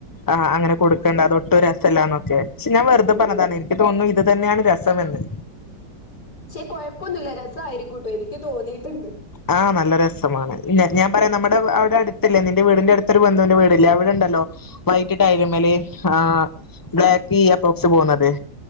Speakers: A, on the left (about 25°); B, on the left (about 55°).
A: ആ് അങ്ങനെടുക്കണ്ട
B: അതെ
A: അത ഒട്ടും രസമല്ലാന്നൊക്കെ പക്ഷ ഞാൻ വെറുതെഞ്ഞതാണ്
B: ഉം ഉം ഉം
A: എനി തോന്നുന്നു ഇത് അത് തന്നെയാണ് രസമ എെന്ന്
B: പക്ഷെ കുഴപ്പൊന്നുമില്ല രസമായിയിരിക്കൂട്ടോ എനിക്ക് തോന്നിയിട്ടുണ്ട്
A: ആഹ നല്ല രസമാണ് ഞാൻ പറയാൻ നമ്മുടെ അടെ അവിടെ അടുത്തല്ലേ നിന്റെ വീടിന്റെ അടുത്തൊരു ബന്ധുവിന്റെ വീടല്ലേ അവിടെണ്ടല്ലോ വൈകിട്ട് അമല ആ് ബ്ലാക്ക് പ്രോക്സ് പോണ അതെ